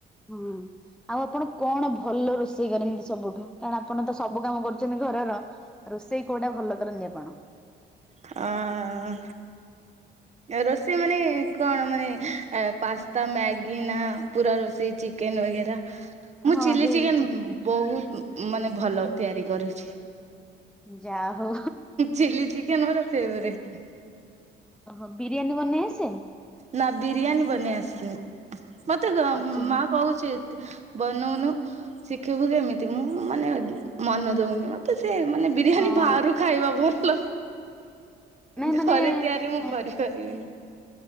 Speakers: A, in the centre; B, on the right.
A: ହୁଁ ଆଉ ଆପଣ କଣ ଭଲ ରୋଷେଇ କରନ୍ତି ସବୁଠୁ କାରଣ ଆପଣ ତ ସବୁ କାମ କରୁଛନ୍ତି ଘରର ରୋଷେଇ ସେଇ କୋଉଟା ଭଲ କରନ୍ତିି ଆପଣ?
B: ହଁ। ରୋଷେଇ ମାନେ କଣ ମାନେ ପାସ୍ତା ମ୍ୟାଗି ନା ପୁରା ରୋଷେଇ ଚିକେନ ହୁଏ। ମୁଁ
A: ହଁ
B: ଚିଲିଚିକେନ୍
A: ସେଇ ଚି
B: ବହୁତ ମାନେ ଭଲ ତିଆରି କରୁଛି।
A: ଯା ହଉ
B: ଚିଲି ଚିକେନ ମୋର ଫେବରେଟ
A: ଓହୋ ବିରିୟାନୀ ବନେଇ ଆସେ?
B: ନା ବିରିୟାନୀ ବନେଇ ଆସିନି ମତେ
A: ଅଛି
B: ମା କହୁଛି ବନଉନୁ ଶିଖିବୁ କେମିତି ମୁଁ ମାନେ ମନ ଦଉନି ମତେ ସେ ମାନେ ବିରିୟାନୀ
A: ହଁ
B: ବାହାରୁ ଖାଇବା ଭଲ। ଘରେ
A: ନାଇଁ ମାନେ
B: ତିଆରି ମୁଁ
A: ହୁଁ
B: କରିପାରିବିନି